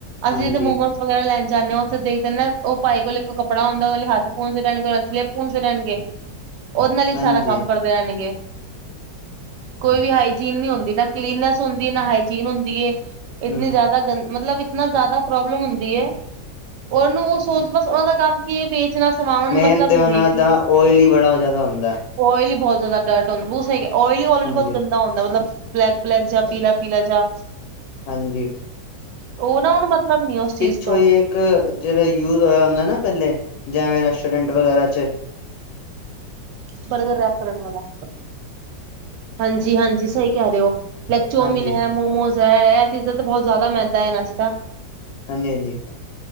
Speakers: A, on the left; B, on the right.
A: ਹਾਂਜੀ
B: ਅਸੀਂ ਤੇ ਮੋਮੋ ਸ ਵਗੈਰਾ ਲੈਣ ਜਾਂਦੇ ਓਂ ਓਥੇ ਦੇਖਦੇ ਨਾ ਓ ਪਾਈ ਕੋਲ ਕੋ ਕੱਪੜਾ ਹੁੰਦਾ ਓਲੇ ਹੱਥ ਪੂ ਦੇ ਰੈਂਗੇ <unintelligible> ਪੂੰਦੇ ਰੈਂਣਗੇ।
A: <inaudible>
B: ਓਦ ਨਾਲ ਈ
A: ਹਾਂਜੀ
B: ਸਾਰਾ ਕੰਮ ਕਰਦੇ ਰੈਂਣਗੇ, ਕੋਈ ਵੀ ਹਾਈਜੀਨ ਨੀ ਹੁੰਦੀ ਨਾ ਕਲੀਨੈਸ ਹੁੰਦੀ ਐ ਨਾ ਹਾਈਜੀਨ ਹੁੰਦੀ ਏ, ਇਤਨੀ
A: ਹਮ
B: ਜਾਦਾ ਗੰ, ਮਤਲਵ ਇਤਨਾ ਜਾਦਾ ਪ੍ਰੋਬਲਮ ਹੁੰਦੀ ਐ, ਓਨੂੰ ਓ ਸੋਚ ਬਸ ਓਨਾ ਦਾ ਕੰਮ ਕੀ ਇਤਨਾ ਸਮਾਨ,
A: ਮੇਨ
B: ਮਤਲਬ
A: ਤੇ
B: ਨੀ
A: ਉਹਨਾਂ
B: ਏ ਕੀ
A: ਦਾ ਓਇਲ ਹੀ ਬੜਾ ਜ਼ਿਆਦਾ ਹੁੰਦਾ
B: ਓਇਲੀ ਬਹੋ ਜਾਦਾ ਡਰਟ ਹੁੰਦਾ ਓਇਲੀ ਲਰੇ
A: ਹਾਂਜੀ
B: ਬਹੁਤ ਗੰਦਾ ਹੁੰਦਾ ਮਤਲਵ ਬਲੈਕ- ਬਲੈਕ ਜਾ ਪੀਲਾ- ਪੀਲਾ ਜਾ
A: ਹਾਂਜੀ।
B: ਉਹ ਨਾ ਓਨੂੰ ਮਤਲਬ ਨੀ ਉਸ ਚੀਜ਼
A: ਪਿੱਛੋਂ
B: ਤੋਂ
A: ਈ ਇੱਕ ਜਿਹੜਾ ਯੂਜ ਹੋਇਆ ਹੁੰਦਾ ਨਾ ਪਹਿਲੇ, ਜੈਵੇਂ ਰੈਸਟੋਰੈਂਟ ਵਗੈਰਾ ਚ
B: ਬਰਗਰ ਰੈਪ ਕਰਨ ਵਾਲਾ। ਹਾਂਜੀ- ਹਾਂਜੀ ਸਈ ਕਹਿ ਦਿਓ ਲਾਈਕ ਚੋਮਿਨ
A: ਹਾਂਜੀ
B: ਹੈ ਮੋਮੋਸ ਹੈ ਐਹ ਚੀਜ਼ ਦਾ ਤਾਂ ਬਹੁਤ ਜ਼ਿਆਦਾ ਮੈਦਾ ਆ ਇਨਾਂ ਚ ਤਾਂ
A: ਹਾਂਜੀ ਹਾਂਜੀ